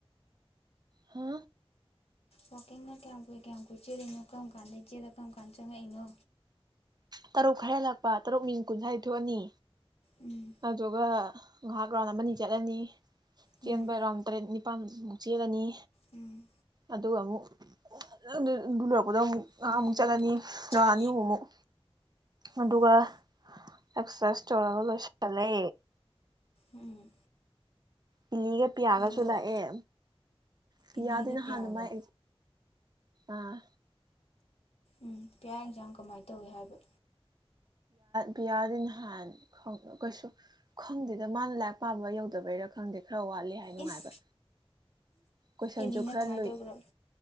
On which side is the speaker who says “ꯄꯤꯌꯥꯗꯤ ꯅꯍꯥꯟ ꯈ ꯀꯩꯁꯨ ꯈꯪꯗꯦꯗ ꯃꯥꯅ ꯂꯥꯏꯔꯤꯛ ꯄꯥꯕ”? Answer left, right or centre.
Right